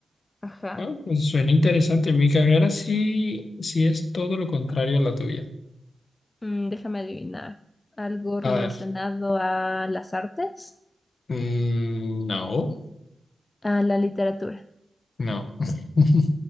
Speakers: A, on the left; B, on the left.
A: Ajá.
B: Ah, pues suena interesante. Mi carrera sí, sí es todo lo contrario a la tuya.
A: Mm, déjame adivinar. Algo relacionado
B: A ver.
A: a las artes,
B: mm, no,
A: a la literatura.
B: no. <laughs>